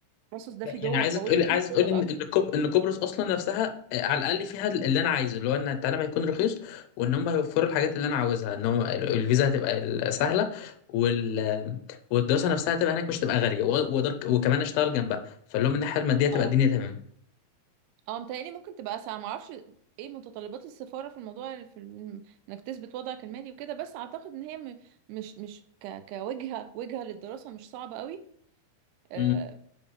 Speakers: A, on the right; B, on the left.
A: التخصص ده
B: لا،
A: في دول
B: يعني عايزه
A: قوية
B: تقول عايزه
A: فيه في
B: تقول
A: دول
B: ان
A: اصلا
B: ان كوب... ان قبرص اصلا نفسها آه، على الاقل فيها اللي انا عايزه اللي هو ان التعليم هيكون رخيص وان هم هيوفروا الحاجات اللي انا عاوزها ان هم ال- الفيزا هتبقى ال- سهله وال... والدراسه نفسها هتبقى هناك مش تبقى غاليه و... وأقدر ك- وكمان اشتغل جنبها فاللي هو من الناحيه الماديه تبقى
A: اه
B: الدنيا تمام
A: اه متهيألي ممكن تبقى اسهل ما اعرفش ايه متطلبات السفاره في الموضوع في الم- انك تثبت وضعك المالي وكده بس اعتقد ان هي م- مش مش ك كوجهه وجهه للدراسه مش صعبه قوي آه،
B: امم